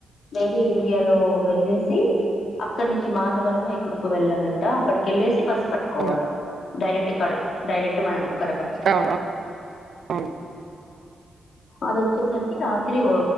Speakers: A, on the left (about 60°); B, on the right (about 60°).
A: వేరే ఏరియాలో వెళ్ళేసి అక్కడ నుంచి మాధవరామో ఎక్కడికో వెళ్ళాలంట అక్కడికిళ్ళేసి బస్ పట్టుకోవాల
B: అవును
A: డైరెక్ట్ కడ డైరక్ట్ మనం కడపకి
B: అవును అవును
A: అదొచ్చేసరికి రాత్రి ఓ